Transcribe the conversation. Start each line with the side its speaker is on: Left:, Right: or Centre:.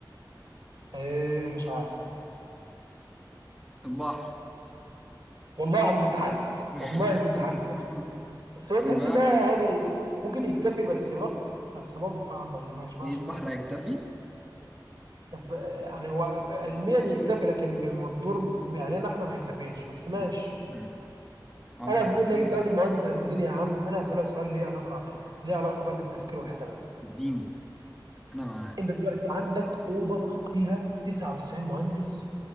Right: إيه مش عارف
Centre: البحر
Right: والله العظيم كنت حاسس
Centre: <laughs>
Right: والله كنت حاسس بس هو
Centre: اتنين
Right: تحس
Centre: واحد
Right: انها يعني ممكن يكتفي بس برضه بس برضه فعلا ما ما يشبعش
Centre: إيه البحر
Right: فعلا
Centre: هيكتفي
Right: طب آه، يعني هو علميا يكتفي لكن بمقدور يعني إن احنا ما يكتفيش بس ماشي
Centre: مم. مم. عبر
Right: انا بما
Centre: عن
Right: انك انت
Centre: إيه؟
Right: راجل مهندس قد الدنيا يا عم انا هسالك سؤال ليه علاقه ليه علاقه بقى بالتفكير والحسابات
Centre: الدين أنا مع
Right: انت دلوقتي عندك اوضه فيها 99 مهندس